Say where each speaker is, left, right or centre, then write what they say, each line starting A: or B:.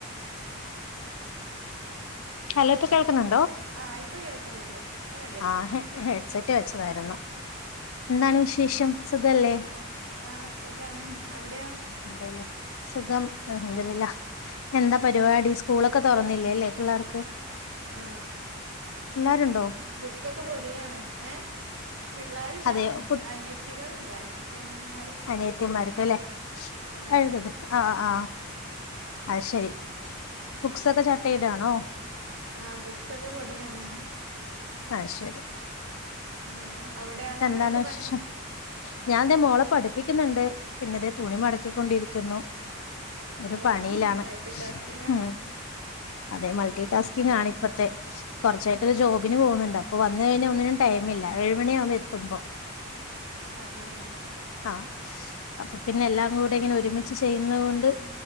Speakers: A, on the left; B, on the right.
A: ഹലോപ്പ കേൾക്കുന്നുണ്ടോ
B: ആഹ് ഇപ്പൊ കേൾക്കുന്നുണ്ട് ഇപ്പൊ റെഡി
A: ആഹ് ഹെ ഹെഡ്സെറ്റ് വെച്ചതായിരുന്നു എന്നാണ് വിശേഷം സുഖല്ലേ
B: ആഹ് സുഖാണ് അവിടെയോ
A: അതെന്നെ സുഖം അൽഹംദുലില്ലാഹ് എന്താ പരുപാടി സ്കൂളൊക്കെ തുറന്നില്ലേല്ലേ പിള്ളേർക്ക്
B: ആ
A: പിള്ളേരൊണ്ടോ
B: ബുക്കൊക്കെ പൊതിയാണ് ഏഹ് പിള്ളേരില്ല
A: അതെയോ കു
B: അനിയത്തികളുണ്ട് അനിയത്തി അനിയന്മാര്
A: അനിയത്തിയമാർക്ക്ലെ
B: ആ
A: കഴുകത് ആഹ് ആഹ് അയ്ശരി ബുക്സൊക്കെ ചട്ടയിടാണോ
B: ആഹ് ബുക്സൊക്കെ പൊതിയാണ്
A: ആഹ് ശരി
B: ആ അവിടെയോ
A: എന്താണ്
B: അവിടെ എന്താ പണി
A: വിശേഷം ഞാൻതെ മോളെ പഠിപ്പിക്കുന്നുണ്ട് പിന്നെതേ തുണി മടക്കിക്കൊണ്ടിരിക്കുന്നു ഒരു
B: ഓ
A: പണിയിലാണ്
B: മൾട്ടി ടാസ്കിങ്ങാ
A: ഉം അതെ മൾട്ടിടാസ്കിങ് ആണ് ഇപ്പത്തെ കൊറച്ചായിട്ടൊരു ജോ ബിന് പോന്ന്ണ്ട് അപ്പൊ വന്ന് കഴിഞ്ഞ ഒന്നിനും ടൈമില്ല ഏഴ് മണിയാം എത്തുമ്പൊ
B: അ അ ആഹ്
A: ആഹ് അപ്പ പിന്നെ എല്ലാം കൂടെ ഇങ്ങനോരുമിച്ച് ചെയ്യുന്നകൊണ്ട്